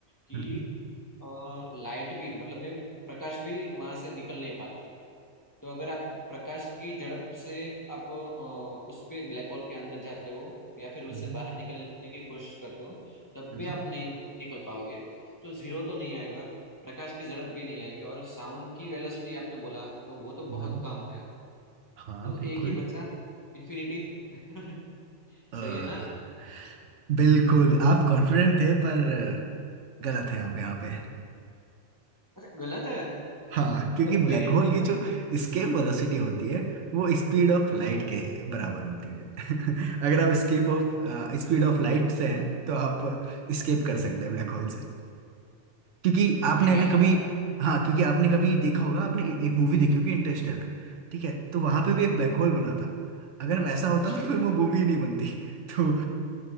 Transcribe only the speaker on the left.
कि
लाइट भी मतलब में प्रकाश भी वहां से निकल नहीं पाती तो अगर आप प्रकाश की झड़प से आप अ, उस पे ब्लैक होल के अंदर जाते हो या फिर उससे
बाहर निकलने की कोशिश करते हो तब
भी आप नहीं निकल पाओगे तो जीरो तो नहीं आएगा प्रकाश की झड़प भी नहीं आएगी और साउंड की वेलोसिटी आपने बोला तो वो तो बहुत
कम है
तो
एक ही बचा इन्फिनिटी <laughs>
सही है ना
अच्छा गलत है
तो
हो ही नहीं
सकता
हाँ,
अरे क्या
बात है
अच्छा